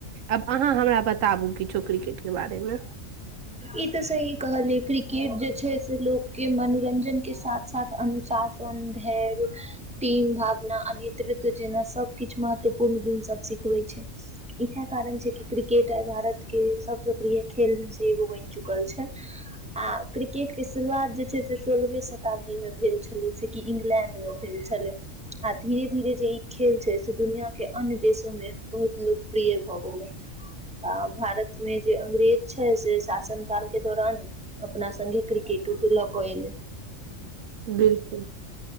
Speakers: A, on the right; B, in the centre.
A: आब अहाँ हमरा बताबु किछो क्रिकेट के बारे मे
B: ई तऽ सही कहलिय क्रिकेट जे छै से लोकके मनोरञ्जनके साथ साथ अनुशासन सन्धेर टीम भावना आ नेतृत्व जेना सभ किछु महत्वपूर्ण गुणसभ सिखबै छै इएहे कारण छै क क्रिकेट आय भारत के सबस प्रिय खेल में से एगो बैन चुकल छै आ क्रिकेट के शुरुआत जे छै से सोलहवे शताब्दी मे भेल छलै से कि इंग्लैण्डमे भेल छलै आ धीरे धीरे जे ई खेल छै से दुनिया के अन्य देशोमे बहुत लोकप्रिय भऽ गेलै आ भारत में जे अंग्रेज छै से साल के दौरान अपना संगगे क्रिकेटो के लऽ के एले
A: बिलकुल